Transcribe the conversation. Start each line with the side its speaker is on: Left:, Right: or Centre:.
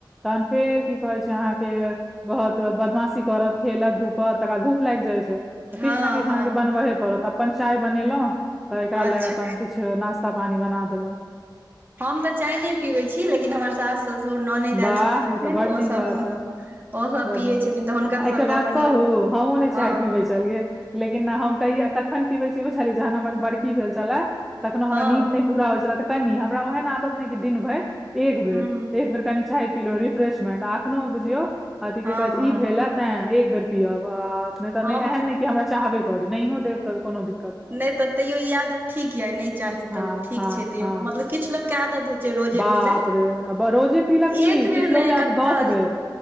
Centre: तहन फेर की कहै छै, अहाँकेँ बहुत बदमाशी करत खेलत धूपत तकर बाद भूख। लागि जाइ छै, तऽ
Right: हँ
Centre: किछु ने किछु
Right: हँ
Centre: अहाँके बनबैहे पड़त अपन चाय बनेलहुँ। तऽ, एकरा
Right: अच्छा
Centre: लए अपन, किछु नाश्ता पानी बना देलहुँं।
Right: हम तऽ चाय नहि पीबै छी, लेकिन हमर सास ससुर ननैद
Centre: वाह,
Right: आयल छथिन एखन
Centre: ई तऽ बड़ नीक
Right: ओ सब
Centre: बात,
Right: हँ ओ सब
Centre: बड़
Right: पियै
Centre: नीक,
Right: छथिन तऽ हुनका
Centre: एकटा
Right: सब
Centre: बात
Right: लए बनेलहुँ
Centre: कहू हमहुँ नहि
Right: हँ
Centre: चाय पीबैत छलियै लेकिन न हम। कहिया कखन पबे छीयै जहन हमर बड़की भेल छला तखन हमरा
Right: हँ
Centre: नीन नहि। पुरा होय छला तऽ कनी हमरा ओहन आदत नहि दिन भरि एक बेर
Right: हूँ
Centre: एक बेर कनि चाय। रिफ्रेश मैंड अखनो बुझियौ अथि की
Right: हँ
Centre: कहै छै
Right: हँ
Centre: ई भेल तै एक बेर पियब आ। नहि तऽ
Right: हम
Centre: नहि एहन नहि कि हमरा चाहबे करी। नहियो देब तऽ कोनो दिक्कत
Right: नहि तऽ तैयो ई आदत ठीक यऽ, नहि चाही
Centre: हँ
Right: तब ठीक
Centre: हँ
Right: छै, तैयो
Centre: हँ
Right: मतलब किछु लोकके आदत होइ। छै रोजे
Centre: बाप
Right: पी लैत
Centre: रे, आ रोजे पीलक की,
Right: एक
Centre: किछु
Right: बेर नहि
Centre: लोक आयत
Right: कत्ता
Centre: दस बेर